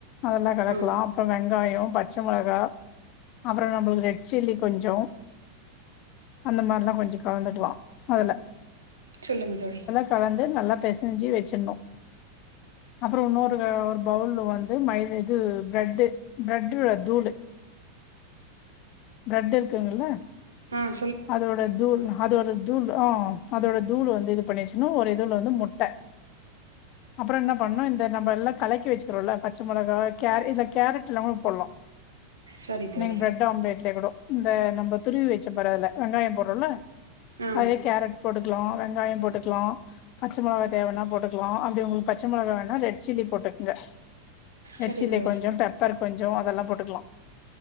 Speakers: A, on the left; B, on the right.
A: அதெல்லா கலக்லா
B: ஆ
A: அப்றோ வெங்காயோ பச்ச மொளகா அப்றோ நம்ளுக்கு ரெட் சில்லி கொஞ்சோ அந்த மார்லா கொஞ்ச கலந்துக்லா அதுல
B: சொல்லுங்க தோழி
A: இப்ப வந்து நல்லா பெசஞ்சி வெச்சிட்ணு அப்றோ இன்னொரு பவுல்ல வந்து மைத இது பிரெட்டு் பிரெட்டுல தூளு பிரெட்டு இருக்குங்ல்ல
B: ம்
A: அதோட தூள் அதோட தூள் ஆ அதோட தூள் வந்து இது பண்ணியாச்னா ஒரு இதுல வந்து முட்ட அப்றோ என்ன பண்ணு இந்த நம்ம எல்லா கலக்கி வச்சுகறோல பச்ச மொளகா கேர இதுல கேரட்லாமே போட்லா
B: சரி தோழி
A: நீங்க பிரெட் ஆம்லெட்லே கூட இந்த நம்ம துருவி வச்ச பார் அதுல வெங்காய போட்றோல
B: ஆ
A: அதே கேரட் போட்டுக்லா வெங்காய போட்டுக்லா பச்ச மொளவா தேவனா போட்டுக்லா அப்டி ஒங்ளுக்கு பச்ச மொளகா வேணா ரெட் சில்லி போட்டுகுங்க ரெட்
B: சரி
A: சில்லி
B: தோழி
A: கொஞ்சோ பெப்பர் கொஞ்சோ அதெல்லா போட்டுக்லா